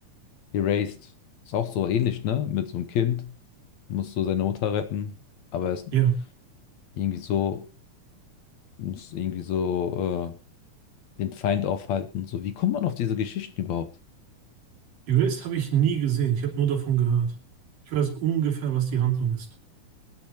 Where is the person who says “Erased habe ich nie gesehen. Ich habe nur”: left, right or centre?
Right